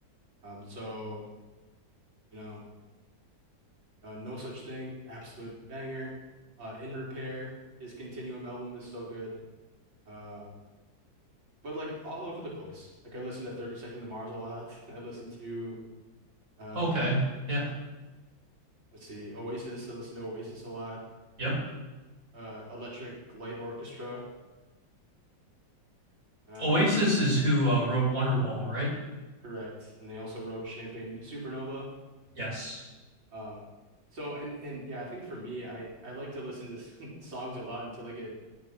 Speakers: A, on the right; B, on the right.
A: Um, so you know, uh, No Such Thing, absolute banger. Uh, In Repair, his Continuum album is so good. Uh, but like all over the place. Like I listen to 30 Seconds to Mars a lot. <laughs> I listen to uh,
B: Okay. Yeah.
A: let's see, Oasis. I listen to Oasis a lot.
B: Yep.
A: Uh, Electric Light Orchestra. Uh,
B: Oasis is who uh, wrote Wonderwall, right?
A: correct. And they also wrote Champagne Supernova.
B: Yes.
A: Um, so and and yeah, I think for me, I I like to listen to <laughs> songs a lot until they get